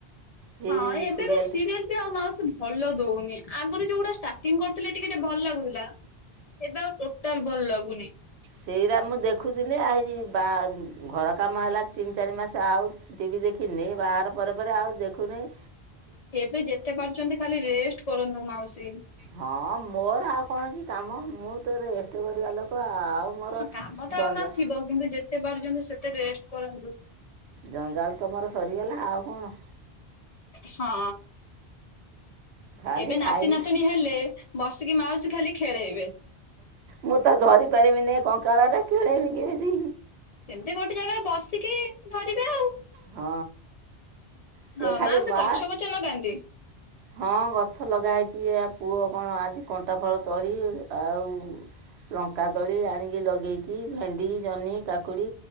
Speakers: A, on the right (about 85°); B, on the left (about 50°).
A: ସେଇ
B: ହଁ ଏବେ
A: ସିରିଏଲ୍ଟା
B: ବି ସିରିଏଲ୍ ଆଉ ମାଉସୀ ଭଲ ଦଉନି ଆଗରୁ ଯୋଉଗୁଡା ଷ୍ଟାର୍ଟିଂ କରିୁଥିଲେ ଟିକେ ଟିକେ ଭଲ ଲାଗୁଥିଲା। ଏବେ ଆଉ ଟୋଟାଲ ଭଲ ଲାଗୁନି।
A: ସେଇଟା ମୁଁ ଦେଖୁଥିଲି ଆଇ ବା ଘର କାମ ହେଲା ତିନି ଚାରି ମାସ ଆଉ ଟିଭି ଦେଖିନି ବାହାର ପରେ ପରେ ଆଉ ଦେଖୁନେଇ
B: ଏବେ ଯେତେ ପାରୁଛନ୍ତି ଖାଲି ରେଷ୍ଟ କରନ୍ତୁ ମାଉସୀ।
A: ହଁ ମୋର ଆଉ କଣ କି କାମ ମୁଁ ତ ରେଷ୍ଟ କରିବା ଲୋକ ଆଉ ମୋର
B: କାମ ତ
A: ଜଞ୍ଜା
B: ଆଉ ନଥିବ କିନ୍ତୁ ଯେତେ ପାରୁଛନ୍ତି ସେତେ ରେଷ୍ଟ କରନ୍ତୁ।
A: ଜଞ୍ଜାଲ ତ ମର ସରିଗଲା ଆଉ କଣ?
B: ହଁ।
A: ଖାଲି
B: ଏବେ ନାତି
A: ଖାଇବି
B: ନାତିୁଣୀ
A: କି
B: ହେଲେ ବସିକି ମାଉସୀ ଖାଲି ଖେଳେଇବେ।
A: ମୁଁ ତ ଧରି ପାରିବିନି ଏ କଙ୍କାଳରେ ଖେଳେମି କେମିତି?
B: ସେମିତି ଗୋଟେ ଜାଗାରେ ବସିକି ଧରିବେ ଆଉ।
A: ହଁ। ସେ
B: ହଁ
A: ଖାଲି
B: ମାଉସୀ
A: ମା
B: ଗଛ ପଛ ଲଗାନ୍ତି?
A: ହଁ ଗଛ ଲଗା ହେଇଛି ଏହା ପୁଅ କଣ ଆଜି କଣ୍ଟା ଫଳ ତଳି ଆଉ ଲଙ୍କା ତଳି ଆଣିକି ଲଗେଇଛି ଭେଣ୍ଡି ଜହ୍ନି କାକୁଡି